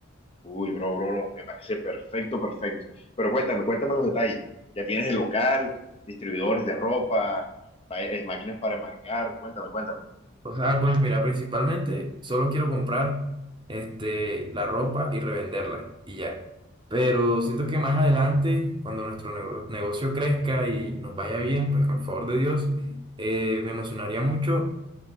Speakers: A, on the left (about 30°); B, on the right (about 25°).
A: Uy, bro, bro, bro, me parece perfecto, perfecto. Pero cuéntame, cuéntame los detalles. Ya tienes el local, distribuidores de ropa, va- eh, máquinas para enmarcar, cuéntame, cuéntame.
B: O sea, pues mira, principalmente solo quiero comprar este, la ropa y revenderla y ya. Pero siento que más adelante, cuando nuestro nego- negocio crezca y nos vaya bien, pues con el favor de Dios, eh, me emocionaría mucho